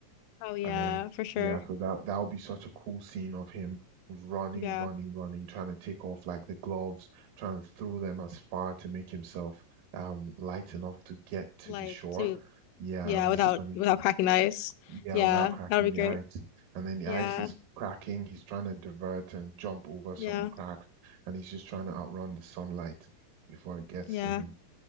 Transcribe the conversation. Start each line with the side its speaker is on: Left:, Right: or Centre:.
Left: Oh yeah,
Right: And then,
Left: for sure.
Right: yeah, so that that would be such a cool scene of him running,
Left: Yeah.
Right: running, running, trying to take off like the gloves, trying to throw them as far to make himself um light enough to get to
Left: Like
Right: the shore.
Left: to
Right: Yeah,
Left: yeah,
Right: and he's
Left: without
Right: and
Left: without
Right: he's
Left: cracking the ice.
Right: yeah,
Left: Yeah,
Right: without cracking
Left: that would be
Right: the
Left: great.
Right: ice. And then the
Left: Yeah.
Right: ice is cracking, he's trying to divert and jump over some
Left: Yeah.
Right: crack, and he's just trying to outrun the sunlight before it gets
Left: Yeah.
Right: to him.